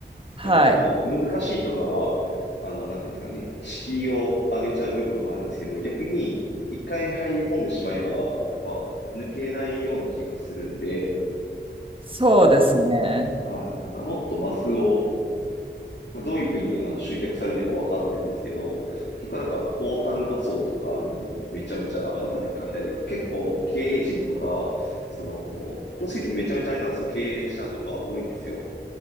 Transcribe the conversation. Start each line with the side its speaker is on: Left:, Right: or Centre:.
Right: はい。
Left: やっぱその難しいとかは、あの、なんていうんですかね、敷居を上げちゃう部分もあるんですけど、逆に一回入り込んでしまえば、やっぱ抜けないような気がするんで、
Right: そうですね。
Left: はい。なんかもっとマスを、まあ、どういうふうにあの集客されてるかわかんないんですけど、結構なんか高単価層とかにめちゃめちゃ働きかけたりとか、結構経営陣とか、その、クロスフィットめちゃめちゃあれなんですよ。経営者とか多いんですよ。